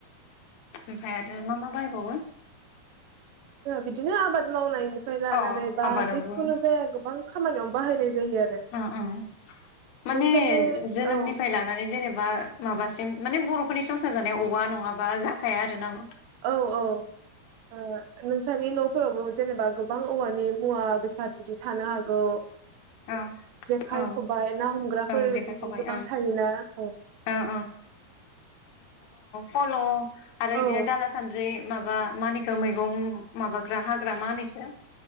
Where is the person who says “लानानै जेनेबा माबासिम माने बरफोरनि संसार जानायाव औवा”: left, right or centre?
Left